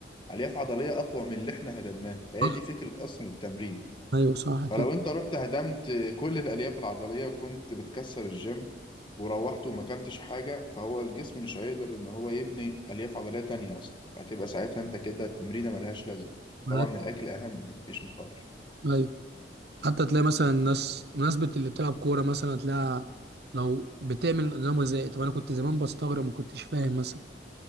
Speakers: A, on the left; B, on the right.
A: الياف عضليه اقوى من اللي احنا هدمناه فهي
B: صح
A: دي فكره اصلا التمرين
B: ايوه صح كده
A: فلو انت رحت هدمت كل الالياف العضليه وكنت بتكسر الجيم وروحت وما اكلتش حاجه فهو الجسم مش هيقدر ان هو يبني الياف عضليه تانية اصلا هتبقى ساعتها انت كده التمرينه ملهاش لازمه
B: ملاك-
A: طبعا الاكل اهم مفيش نقاش
B: ايوه حتى تلاقي مثلا الناس مناسبة اللي بتلعب كورة مثلا تلاقيها لو بتعمل نظام غذائي طب انا كنت زمان بستغرب ما كنتش فاهم مثلا